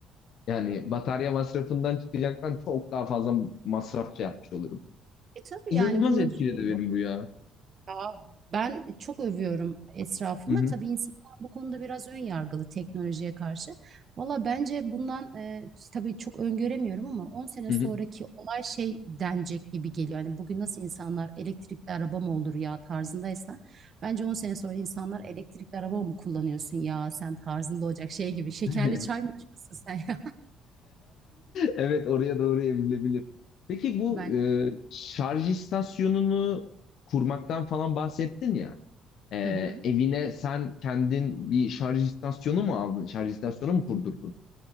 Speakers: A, on the left; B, on the right.
A: Yani batarya masrafından çıkacaktan çok daha fazla masraf şey yapmış olurum.
B: E tabii
A: İnanılmaz
B: yani bunun
A: etkiledi
B: şey
A: benim bu ya.
B: Ya ben çok övüyorum etrafıma.
A: Hı hı.
B: Tabii insanlar bu konuda biraz ön yargılı teknolojiye karşı. Valla bence bundan e, tabii çok öngöremiyorum ama on sene
A: Hı
B: sonraki
A: hı.
B: olay şey denecek gibi geliyor. Yani bugün nasıl insanlar elektrikli araba mı olur ya tarzındaysa bence 10 sene sonra insanlar elektrikli araba mı kullanıyorsun ya sen tarzında olacak şey gibi. Şekerli
A: <laughs>
B: çay mı içiyorsun sen ya?
A: Evet oraya doğru evrilebilir. Peki bu
B: <laughs> Ben.
A: e, şarj istasyonunu kurmaktan falan bahsettin ya. E,
B: Hı hı.
A: evine sen kendin bir şarj istasyonu mu aldın? Şarj istasyonu mu kurdurdun?